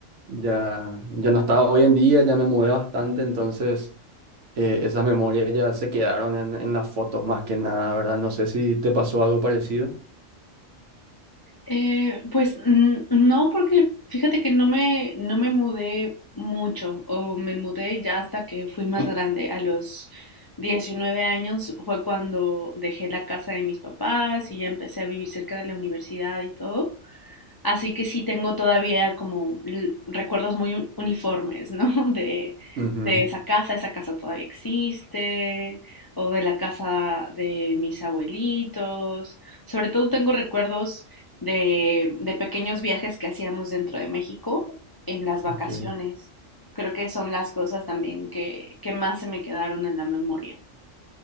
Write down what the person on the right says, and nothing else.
ya, ya no estaba hoy en día, ya me mudé bastante, entonces eh, esas memorias ya se quedaron en, en las fotos más que nada, ¿verdad? No sé si te pasó algo parecido.
Ujú,
Ok,